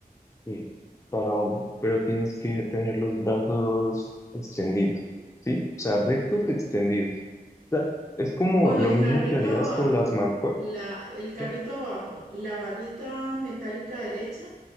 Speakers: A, on the left; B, on the right.
A: sí, para hombro, pero tienes que tener los brazos extendidos, ¿sí? O sea, rectos extendidos. O sea, es como
B: Con
A: lo
B: el
A: mismo
B: carrito
A: que harías
B: abajo,
A: con las mancuernas,
B: la, el carrito
A: ¿no?
B: abajo, la barrita metálica derecha